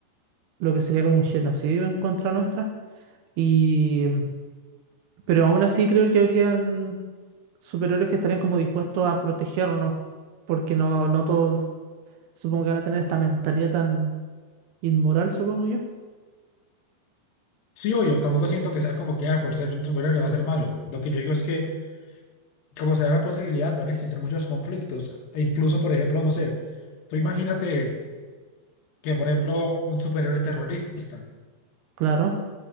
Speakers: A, on the right; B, on the left.
A: lo que sería como un genocidio en contra nuestra. Y, pero aún así creo que habrían superhéroes que estarían como dispuestos a protegernos, porque no, no todos supongo que van a tener esta mentalidad tan inmoral, supongo yo.
B: Sí, obvio, tampoco siento que sea como que ah, por ser un superhéroe va a ser malo. Lo que yo digo es que, como se da la posibilidad, van a existir muchos conflictos. E incluso, por ejemplo, no sé, tú imagínate que, por ejemplo, un superhéroe terrorista.
A: Claro.